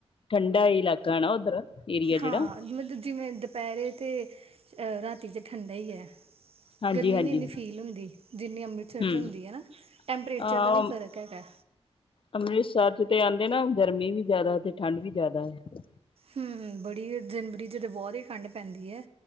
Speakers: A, on the left (about 55°); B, on the right (about 65°).
A: ਠੰਡਾ ਇਲਾਕਾ ਨਾ ਓਦਰ ਏਰੀਆ ਜਿਹੜਾ
B: ਹਾਂ ਮਤਲਬ ਜਿਵੇਂ ਦੁਪਹਿਰੇ ਤੇ ਅ ਰਾਤੀ ਤੇ ਠੰਡਾ ਈ ਐ।
A: ਹਾਂਜੀ
B: ਗਰਮੀ
A: ਹਾਂਜੀ
B: ਨੀ ਇੰਨੀ ਫੀਲ ਹੁੰਦੀ। ਜਿੰਨੀ ਅੰਮ੍ਰਿਤਸਰ
A: ਹੂੰ
B: ਚ ਹੁੰਦੀ ਆ ਨਾਂ ਟੈਂਪਰੇਚਰ
A: ਅ
B: ਦਾ ਵੀ ਫ਼ਰਕ ਹੈਗਾ।
A: ਅੰਮ੍ਰਿਤਸਰ ਚ ਤੇ ਆਂਦੇ ਨਾ ਗਰਮੀ ਵੀ ਜ਼ਿਆਦਾ ਤੇ ਠੰਢ ਵੀ ਜ਼ਿਆਦਾ ਏ।
B: ਹੂੰ ਬੜੀ ਜਨਵਰੀ ਚ ਬਹੁਤ ਈ ਠੰਢ ਪੈਂਦੀ ਐ